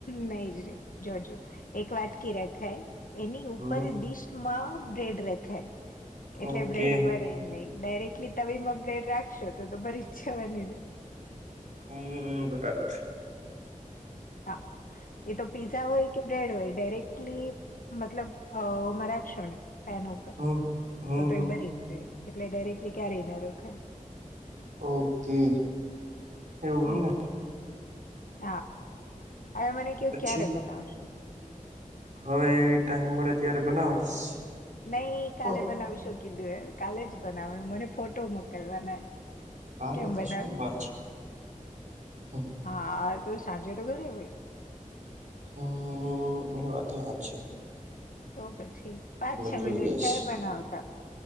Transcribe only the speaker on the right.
હમ
ઓકે
ૐ ઓ ઓ બરાબર છે
હમ હમ
હમ
ઓકે એવું હોયને.
પછી
હવે એ ટાઈમ મળે ત્યારે બનાવીશ.
હ
કાલની
તો
સોમવાર છે. હમ
અં અં એ વાતેય સાચી.
જોઈ
લઈશ.